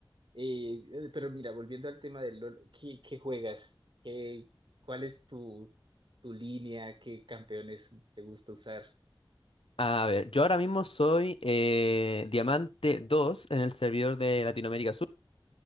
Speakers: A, on the right; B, on the left.
A: eh, pero mira, volviendo al tema del LOL, ¿qué, qué juegas? ¿Qué, cuál es tu, tu línea? ¿Qué campeones te gusta usar?
B: A ver, yo ahora mismo soy eh, Diamante 2 en el servidor de Latinoamérica Sur.